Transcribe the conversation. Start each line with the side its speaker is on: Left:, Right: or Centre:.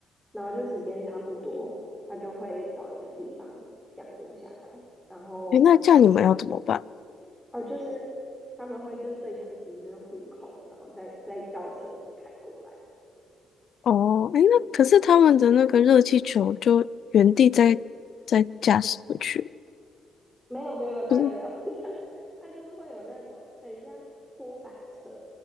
Centre: 然后就时间差不多，它就会找一个地方降落下来，然后
Left: 诶，那这样你们要怎么办？
Centre: 哦，就是他们会就是对讲机就是互扣，然后再再叫车子开过来。
Left: 哦，诶，那可是他们的那个热气球就原地在在驾驶回去，
Centre: 没有没有没有，当然没有，
Left: 不是？
Centre: <laughs> 他他就是会有那种很像拖板车，